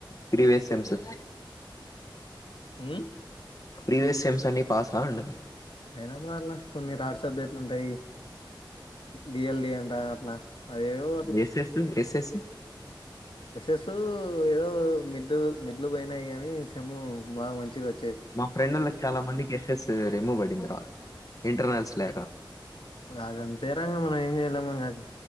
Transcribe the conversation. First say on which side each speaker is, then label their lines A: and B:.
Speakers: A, on the left (about 45°); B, on the left (about 85°).
A: ప్రీవియస్ సెమ్స్
B: ఆమ్
A: ప్రీవియస్ సెమ్స్ అన్ని పాసా అంటున్న
B: అయిన మరలా కొన్ని రాడ్ సబ్జెక్ట్లు ఉంటయి డి ఎల్ డి అంట అట్లా అదేవో
A: yes yes yes yes
B: yes yes ఏదో మిడ్లు మిడ్లు పోయినయి గాని సెమ్ బాగా మంచిగా వచ్చ
A: మా ఫ్రెండ్ళ్ళకి చాలా మంది కి ఎసెస్ రిమూవ్ పడింది రా ఇంటర్నల్స్ లేక
B: అదంతేరా మనం ఏం చేయలేము ఇంగ అది